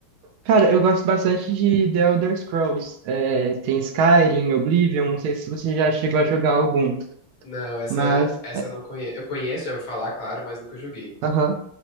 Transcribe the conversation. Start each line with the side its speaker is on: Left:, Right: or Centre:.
Right: Cara, eu gosto bastante de The Elder Scrolls. É, tem Skyrim, Oblivion. Não sei se você já chegou a jogar algum.
Left: Não, essa,
Right: Mas.
Left: essa eu não conheço. Eu conheço, já ouvi falar, claro, mas nunca joguei.
Right: Aham.